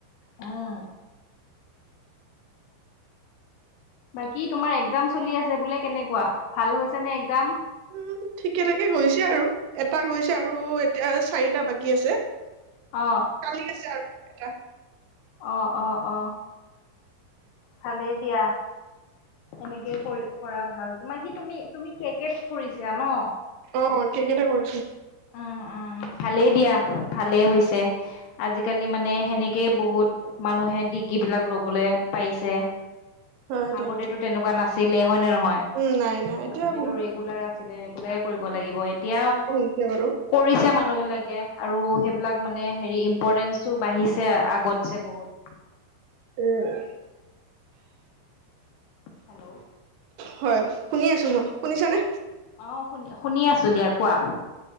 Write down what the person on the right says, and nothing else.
উম ঠিকে থাকে গৈছে আৰু এটা গৈছে আৰু এতিয়া চাৰি এটা বাকী আছে
কালি আছে আৰু এটা
অ কেকেইটা কৰিছো
হয় দিয়া
উম নাই নাই এতিয়া
বহুত
হৈছে বাৰু
উম
হয় শুনি আছো মই শুনিছানে